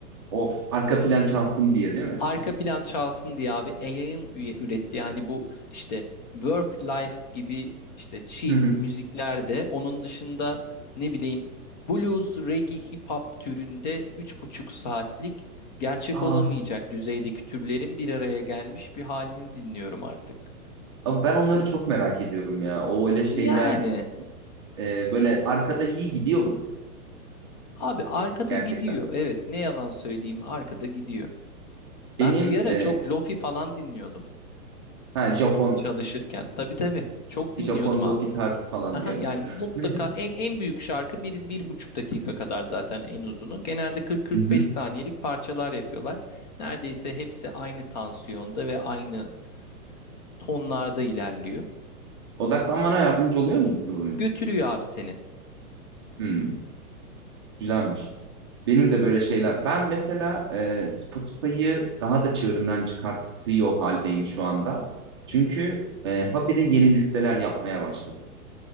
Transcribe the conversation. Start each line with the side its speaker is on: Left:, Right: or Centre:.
Right: Of, arka plan çalsın diye değil mi?
Left: arka plan çalsın diye abi AI'ın ürettiği hani bu işte work life gibi işte chill
Right: Hı hı.
Left: müzikler de onun dışında ne bileyim blues, reggae, hip hop türünde üç buçuk saatlik gerçek
Right: Ah,
Left: olamayacak düzeydeki türlerin bir araya gelmiş bir halini dinliyorum artık.
Right: abi ben onları çok merak ediyorum ya. O öyle şeyler
Left: Yani
Right: e, böyle arkada iyi gidiyor mu
Left: abi arkada
Right: gerçekten?
Left: gidiyor. Evet ne yalan söyleyeyim arkada gidiyor.
Right: Benim
Left: Ben bir ara
Right: e,
Left: çok lofi falan dinliyordum
Right: ha Japon
Left: çalışırken. Tabii tabii çok
Right: Japon
Left: dinliyordum abi.
Right: lofi tarzı falan
Left: Aha,
Right: diye.
Left: yani mutlaka
Right: <laughs>
Left: en en büyük şarkı bir, bir buçuk dakika kadar zaten en uzunu. Genelde 40-45
Right: Hı hı.
Left: saniyelik parçalar yapıyorlar. Neredeyse hepsi aynı tansiyonda ve aynı tonlarda ilerliyor.
Right: Odaklanmana yardımcı oluyor mu ki bu müzik?
Left: Götürüyor abi seni.
Right: Hmm, güzelmiş. Benim de böyle şeyler. Ben mesela e, Spotify'ı daha da çığırından çıkartıyor haldeyim şu anda. Çünkü e, habire yeni listeler yapmaya başladım.